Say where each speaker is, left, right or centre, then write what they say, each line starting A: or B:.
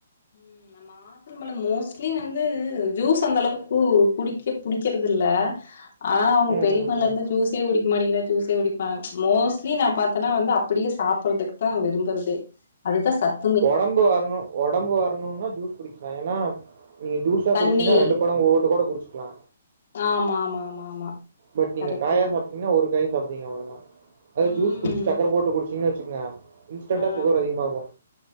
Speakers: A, on the left; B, on the right.
A: உம் அம்மா வாட்டர்மெலன் மோஸ்ட்லி வந்து ஜூஸ் அந்த அளவுக்கு குடிக்க புடிக்கறது இல்ல ஆ அவ
B: ம்,
A: பெரிப்பால
B: ம், ம்.
A: இருந்து ஜூஸ் ஏ குடிக்க மாட்டிங்றா ஜூசே குடிக்க மோஸ்ட்லி நா பாத்தனா வந்து அப்டியே சாப்டறதுக்கு விரும்புறதே அதுதா சத்
B: உடம்பு வரணு உடம்பு வரணும்னா ஜூஸ் குடிக்கலா ஏன்னா நீங்க ஜூஸா
A: தண்ணி
B: குடிச்சீங்கனா ரெண்டு பழங்க ஒட்டு கூட குடிச்சுக்லா
A: ஆமா ஆமா ஆமா ஆமா
B: பட் நீங்க
A: கரெக்ட்டு
B: காயா
A: தா
B: சாப்டீங்க ஒரு காய் சாப்டுவிங்க அவ்ளோதா அது
A: ம்
B: ஜூஸ் குடிச்சு சக்கர போட்டு குடிச்சீங்க வெச்சுக்கங்க இன்ஸ்டன்ட்டா
A: ஆ
B: சுகர் அதிகமாகு